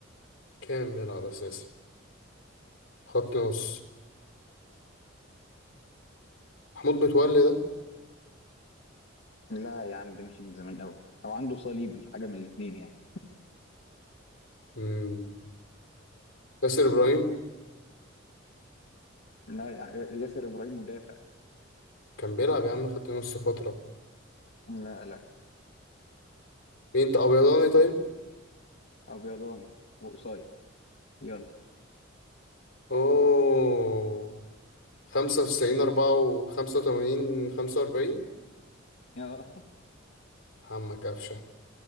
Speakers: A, on the left (about 80°); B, on the left (about 65°).
A: كام بيلعب أساسي خط نص محمود متولي ده
B: لا يا عم ده مشي من زمان أوي أو عنده صليبي حاجة من الاتنين يعني
A: مم. ياسر إبراهيم
B: لا ياسر إبراهيم مدافع
A: كان بيلعب يا عم خط نص فترة
B: لا لا
A: مين أنت أبيضاني طيب؟
B: ابيضان وقصير يلا
A: أوه خمسة وتسعين أربعة وخمسة وتمانين خمسة وأربعين
B: اه
A: عمك قفشة